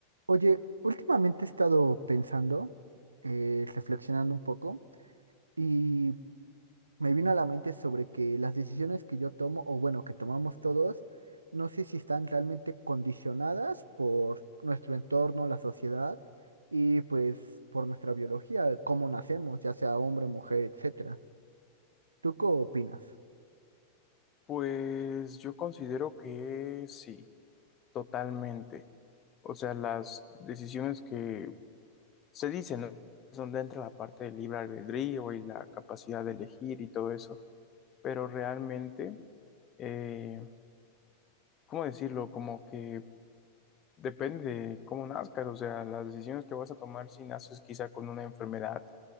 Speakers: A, on the right; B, on the left.
A: Oye, últimamente he estado pensando, eh, reflexionando un poco, y me vino a la mente sobre que las decisiones que yo tomo, o bueno, que tomamos todos, no sé si están realmente condicionadas por nuestro entorno, la sociedad, y pues por nuestra biología, cómo nacemos, ya sea hombre, mujer, etcétera. ¿Tú qué opinas?
B: Pues yo considero que sí, totalmente. O sea, las decisiones que se dicen, ¿no? Es donde entra la parte del libre albedrío y la capacidad de elegir y todo eso. Pero realmente, eh, ¿cómo decirlo? Como que depende de cómo nazcas. O sea, las decisiones que vas a tomar si naces quizá con una enfermedad